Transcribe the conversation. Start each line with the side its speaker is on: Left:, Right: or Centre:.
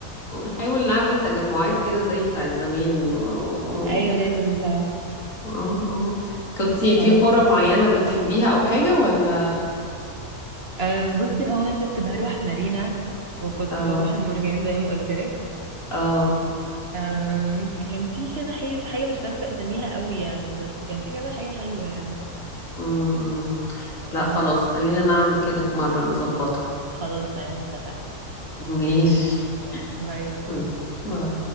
Left: ونحاول نعمل تجمعات كده زي بتاعت زمان و... و...
Right: ايوه لازم بصراحة
Left: اه اه كنتي
Right: خلاص
Left: في قرى معينة بتحبيها أو حاجة ولا
Right: أه بصي هو انا كنت بروح مارينا وكنت
Left: اه
Right: بروح المرجان زي ما قلت لك،
Left: اه
Right: آم، كان في كذا حي- حاجة مش فاكرة أساميها قوي يعني بس كان في كذا حاجة حلوة يعني
Left: امم لا
Right: تمام
Left: خلاص خلينا نعمل كده في مرة نظبطها
Right: خلاص تمام اتفقنا
Left: ماشي
Right: <laughs> باي باي
Left: مم. باي